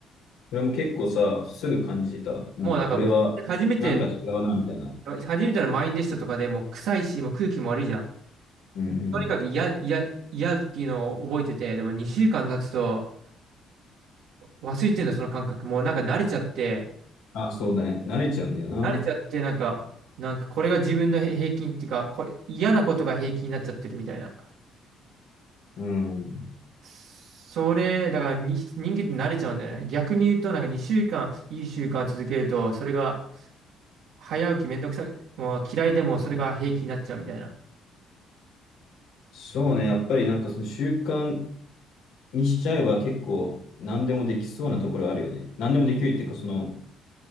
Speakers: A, on the left; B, on the right.
A: それも結構さ、すぐ感じてた。もうこれはなんか違うな、
B: もうなんかもう、初めて、
A: みたいな。
B: 初めての満員でしたとかでもう臭いし、もう空気も悪いじゃん。
A: うんうん。
B: とにかく嫌、嫌、嫌っていうのを覚えてて、でも2週間経つとわ忘れてんだ、その感覚。もうなんか慣れちゃって、
A: あ、そうだね。慣れちゃうんだよな。
B: 慣れちゃって、なんか、なんかこれが自分の平平均っていうか、これ、嫌なことが平均になっちゃってるみたいな。
A: うん。
B: それ、だからに人間って慣れちゃうんだよね。逆に言うと、なんか2週間、いい習慣続けると、それが早起きめんどくさい、もう嫌いでもそれが平気になっちゃうみたいな。
A: そうね。やっぱりなんかその習慣にしちゃえば結構何でもできそうなところあるよね。何でもできるっていうか、その、